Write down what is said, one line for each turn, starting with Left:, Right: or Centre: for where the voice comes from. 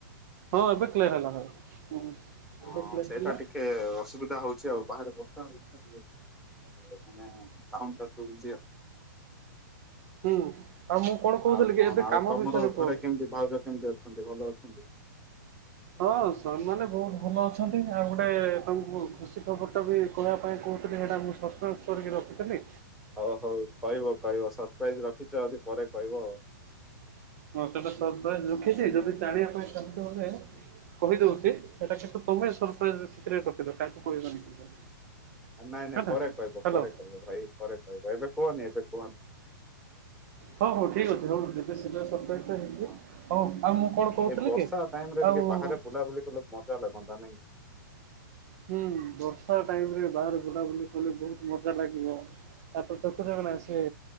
Right: ହଁ ଏବେ କ୍ଲିୟର ହେଲା ଭାଇ ହୁଁ।
Centre: ହଁ
Right: ଏବେ କ୍ଲିୟର
Centre: ସେଇଟା
Right: ହେଲା
Centre: ଟିକେ ଅସୁବିଧା ହଉଛି ଆଉ ବାହାରେ ବର୍ଷା ହଉଛି ତ ଟିକେ। ମାନେ ମାନେ ସାଉଣ୍ଡ ଟା ଶୁଭୁନି ଆଉ।
Right: ହୁଁ ଆଉ ମୁଁ କଣ କହୁଥିଲି
Centre: ଆଉ
Right: କି
Centre: କଣ
Right: ଏବେ
Centre: ଆଉ
Right: କାମ
Centre: ତମର
Right: ବିଷୟରେ
Centre: ଘରେ
Right: କୁହ
Centre: କେମିତି ଭାଉଜ କେମିତି ଅଛନ୍ତି ଭଲ ଅଛନ୍ତି?
Right: ହଁ ସେମାନେ ବହୁତ ଭଲ ଅଛନ୍ତି ଆଉ ଗୋଟେ ତମକୁ ଖୁସି ଖବରଟା ବି କହିବା ପାଇଁ କହୁଥିଲି ସେଇଟା ମୁଁ ସସ୍ପେନ୍ସ କରିକି ରଖୀଥିଲି।
Centre: ହଉ ହଉ କହିବ କହିବ ସରପ୍ରାଇଜ ରଖିଛ ଯଦି ପରେ କହିବ ଆଉ।
Right: ହଁ ସେଟା ସରପ୍ରାଇଜ ରଖିଛି ଯଦି ଜାଣିବା ପାଇଁ ଚାହୁଁଚ ବୋଲେ। କହିଦଉଛି ସେଟା କିନ୍ତୁ ତମେ ସରପ୍ରାଇସ ସିକ୍ରେଟ ରଖୁବ କାହାକୁ କହିବନି କିନ୍ତୁ।
Centre: ନାଇଁ
Right: ହେଲା
Centre: ନାଇଁ ପରେ
Right: ହ୍ୟାଲୋ
Centre: କହିବ ପରେ କହିବ ଭାଇ ପରେ କହିବ ଏବେ କୁହନି ଏବେ କୁହନି।
Right: ହଉ ହଉ ଠିକ ଅଛି ହଉ ଯେବେ ସେବେ ସରପ୍ରାଇ ହେଲି
Centre: ହଁ।
Right: ହଁ ଆଉ ମୁଁ କଣ କହୁଥିଲି
Centre: ଏ ବର୍ଷା
Right: କି
Centre: ଟାଇମ ରେ ଟିକେ
Right: ଆଉ।
Centre: ବାହାରେ <unintelligible> ମଜା ଲାଗନ୍ତା ନାଇଁ।
Right: ହୁଁ ବର୍ଷା ଟାଇମ ରେ ବାହାରେ ବୁଲାବୁଲି କଲେ ବହୁତ ମଜା ଲାଗିବ। ତାପରେ <unintelligible> ନାଇଁ ସେ।